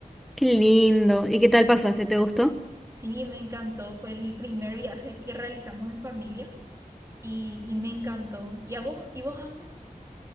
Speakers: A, in the centre; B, on the right (about 20°).
A: Qué lindo. ¿Y qué tal pasaste? ¿Te gustó?
B: Sí, me encantó, fue el primer viaje que realizamos en familia y, y me encantó. ¿Y a vos, y vos, Agnes?